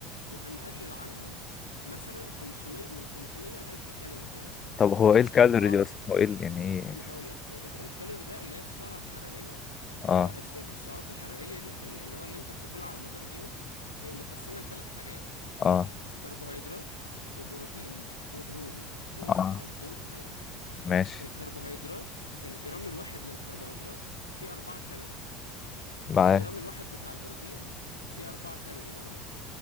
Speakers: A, on the left; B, on the left.
A: وهنقلل عنه مثلا 500 من 500 ل 1000 كالوري كده
B: طب هو
A: علشان
B: ايه الكالوري
A: اعرف
B: دي اصلا هو ايه ال- يعني ايه
A: ما هقول لك ال- ال- الكالوري ده اللي هي السعره الحراريه
B: اه
A: هو الس- السعرات الحراريه دي ال- اللي هو اللي انت بتاكلها على مدار اليوم هي متقسمه لثلاث حاجات
B: اه
A: كربوهيدرات وبروتين ودهون دهون
B: اه
A: صح دهون صحيه
B: ماشي
A: الكربوهيدرات الجرام الواحد للكربوهيدرات فيه 4 كالوري
B: معاه
A: والجرام الواحد بتاع البروتين فيه 4 كالوري برضه